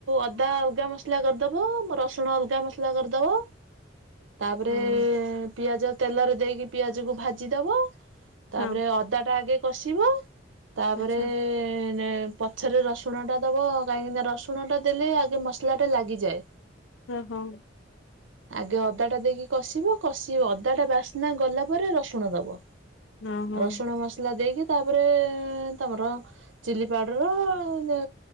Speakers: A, on the right; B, on the left.
A: ଅଦା ଅଲଗା ମସଲା କରିଦବ ମ ରସୁଣ ଅଲଗା ମସଲା କରିଦବ। ତାପରେ
B: ହଁ
A: ପିଆଜ ତେଲରେ ଦେଇକି ପିଆଜୁକୁ ଭାଜି ଦବ। ତାପରେ
B: ହଁ
A: ଅଦାଟା ଆଗେ କଷିବ ତାପରେ
B: ଆଚ୍ଛା
A: ନେ ପଛେରେ ରସୁଣଟା ଦବ କାହିଁକିନା ରସୁଣଟା ଦେଲେ ଆଗେ ମସଲାଟା ଲାଗିଯାଏ।
B: ହୁଁ ହଁ।
A: ଆଗେ ଅଦାଟା ଦେଇକି କଷିବ କଷିବ ଅଦାଟା ବାସ୍ନା ଗଲା ପରେ ରସୁ ପୁଣ ଦବ
B: ହଁ ହଁ।
A: ରସୁଣ ମସଲା ଦେଇକି ତାପରେ ତମର ଚିଲି ପାଉଡର <unintelligible> ଉଁ